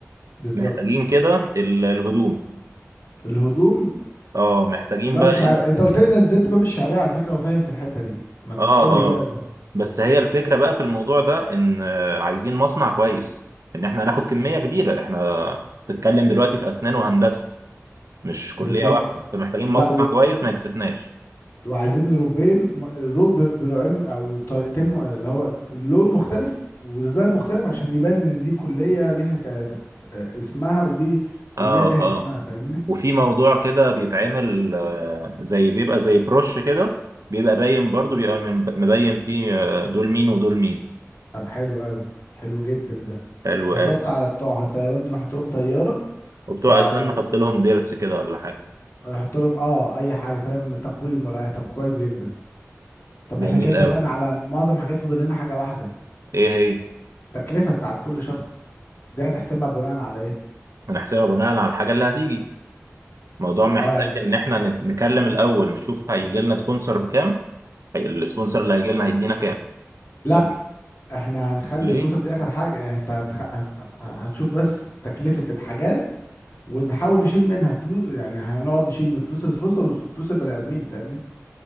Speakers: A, on the left; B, on the right.
A: بالظبط
B: محتاجين كده ال- الهدوم
A: الهدوم
B: اه محتاجين
A: والله
B: بقى
A: مش عارف
B: ايه
A: انت قلت لي ان نزلت باب الشعريه على فكره وفاهم في الحته دي ما تقول
B: اه
A: لي كده
B: اه بس هي الفكرة بقى في الموضوع ده ان آه، عايزين مصنع كويس ان احنا هناخد كمية كبيرة احنا بتتكلم دلوقتي في أسنان وهندسة مش كلية
A: بالظبط
B: واحدة فمحتاجين مصنع
A: لا و...
B: كويس ما يكسفناش
A: وعايزين روبين م- روب بنوعين او طريقتين م- اللي هو لون مختلف وديزاين مختلف عشان يبان ان دي كليه ليها ت... ت... آه، اسمها ودي كليه
B: اه
A: ليها
B: آه.
A: اسمها فاهمني
B: وفي موضوع كده بيتعمل آه، زي بيبقى زي بروش كده بيبقى باين برضو بيبقى من- مبين فيه آه، دول مين ودول مين
A: طب حلو قوي حلو جدا ده
B: حلو
A: نحط
B: قوي
A: على بتوع الطيران دول نحط لهم طياره
B: وبتوع
A: بتوع
B: اسنان نحط لهم ضرس كده ولا حاجه
A: نحط لهم اه اي حاجه فاهم تقويم ولا اي طب كويس جدا طب
B: جميل
A: احنا كده اتفقنا
B: قوي
A: على معظم الحاجات فاضل لنا حاجه واحده
B: ايه هي
A: التكلفة بتاعت كل شخص دي هنحسبها بناء على ايه
B: هنحسبها بناء على الحاجه اللي هتيجي الموضوع
A: ط-
B: محتاج
A: اه يعني
B: ان احنا نت- نكلم الاول نشوف هيجي لنا سبونسر بكام هي- السبونسر اللي هيجي لنا هيدينا كام
A: لا
B: و-
A: احنا هنخلي
B: ليه
A: سبونسر دي اخر حاجة يعني انت هتخ... هت... هتشوف بس تكلفة الحاجات ونحاول نشيل منها فلوس يعني هنقعد نشيل من فلوس السبونسر وفلوس البني ادمين فاهمني